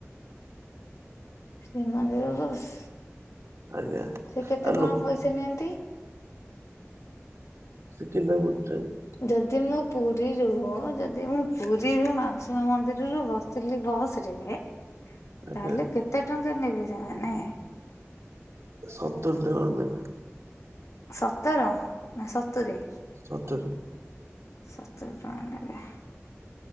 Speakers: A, on the left; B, on the right.
A: ଶ୍ରୀମନ୍ଦିର ବସ୍।
B: ଆଜ୍ଞା।
A: ସେ କେତେ
B: ଆଉ
A: କଣ
B: ଲୋ
A: ପଇସା ନିଅନ୍ତି?
B: ସେକିନ୍ ପାଇଁ ବୁଟେ
A: ଯଦି ମୁଁ ପୁ ରୀରୁ ଯଦି ମୁଁ ପୁରୀରୁ ମାଉସୀ ମାଁ ମନ୍ଦିରରୁୁ ବସିଲି ବସରେ ତାହେଲେ
B: ଆଜ୍ଞା
A: କେତେ ଟଙ୍କା ନେବେ ସେମାନେ?
B: ସତୁରି ଟଙ୍କାନେବେ।
A: ସତର ନା ସତୁରି।
B: ସତୁରି।
A: ସତୁରି ଟଙ୍କା ନେଲା।